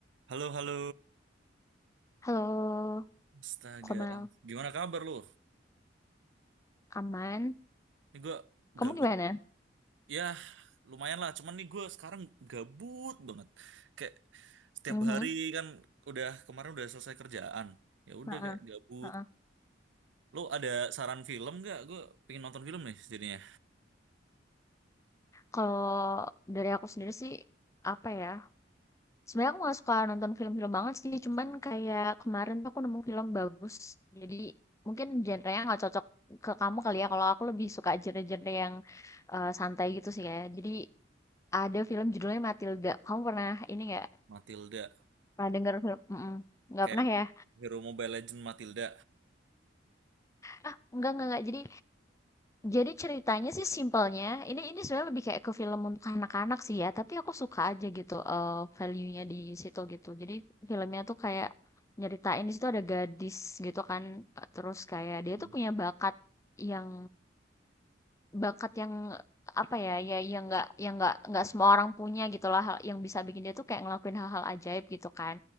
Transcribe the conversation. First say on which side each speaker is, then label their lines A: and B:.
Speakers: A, on the right (about 80°); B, on the left (about 15°).
A: Halo, halo.
B: Halo,
A: Astaga.
B: Komal.
A: Gimana kabar lu?
B: Aman?
A: Ini gue
B: Kamu
A: gabut.
B: gimana?
A: Ya, lumayan lah. Cuman nih gue sekarang gabut banget. Kayak setiap
B: Mhm.
A: hari kan udah kemarin udah selesai kerjaan. Ya udah
B: Heeh.
A: kayak gabut.
B: Heeh.
A: Lu ada saran film gak? Gue pengen nonton film nih jadinya.
B: Kalau dari aku sendiri sih, apa ya, sebenarnya aku nggak suka nonton film-film banget sih, cuman kayak kemarin tuh aku nemu film bagus, jadi mungkin genre-nya nggak cocok ke kamu kali ya, kalau aku lebih suka genre-genre yang eh, santai gitu sih ya. Jadi ada film judulnya Matilda. Kamu pernah ini nggak?
A: Matilda.
B: Pernah denger film? Mm-mm. Nggak
A: Kayak
B: pernah ya?
A: Hero Mobile Legend Matilda.
B: Ah, enggak, enggak, enggak. Jadi Jadi ceritanya sih simpelnya, ini ini sebenarnya lebih kayak ke film untuk anak-anak sih ya, tapi aku suka aja gitu eh value-nya di situ gitu. Jadi filmnya tuh kayak nyeritain di situ ada gadis gitu kan, eh, terus kayak dia
A: Hmm.
B: tuh punya bakat yang bakat yang apa ya ya yang nggak yang nggak nggak semua orang punya gitulah hal yang bisa bikin dia tuh kayak ngelakuin hal-hal ajaib gitu kan